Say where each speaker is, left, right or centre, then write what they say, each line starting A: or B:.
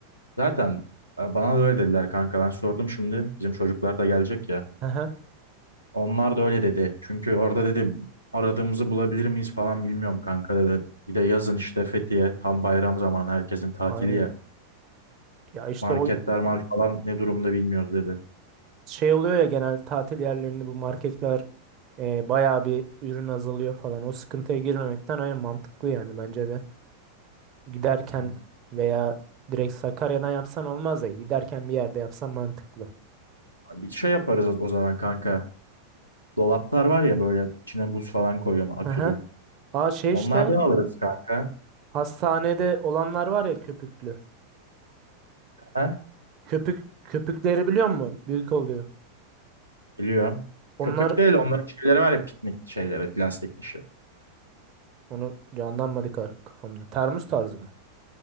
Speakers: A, on the right; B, on the right.
A: Zaten e, bana da öyle dediler kanka. Ben sordum şimdi. Bizim çocuklar da gelecek ya.
B: <laughs>
A: Onlar da öyle dedi. Çünkü orada dedi aradığımızı bulabilir miyiz falan bilmiyorum kanka dedi. Bir de yazın işte Fethiye tam bayram zamanı herkesin tatili
B: Aynen.
A: ya.
B: Ya işte
A: Marketler
B: o
A: mark falan ne durumda bilmiyoruz dedi.
B: şey oluyor ya genel tatil yerlerinde bu marketler e, bayağı bir ürün azalıyor falan. O sıkıntıya girmemekten aynen mantıklı yani bence de. Giderken
A: Aynen.
B: veya direkt Sakarya'dan yapsan olmaz da giderken bir yerde yapsan mantıklı.
A: Abi Bir şey yaparız o zaman kanka. Dolaplar var ya böyle içine buz falan koyuyorsun akülü.
B: Aha. Aa şey
A: Onlardan
B: işte
A: alırız kanka.
B: hastanede olanlar var ya köpüklü.
A: He?
B: Köpük köpükleri biliyor musun? Büyük oluyor.
A: Biliyorum.
B: Onlar
A: Köpük değil onların şeyleri var ya piknik şeyleri plastik dışı.
B: onu canlanmadı ka- kafamda. Termos tarzı mı?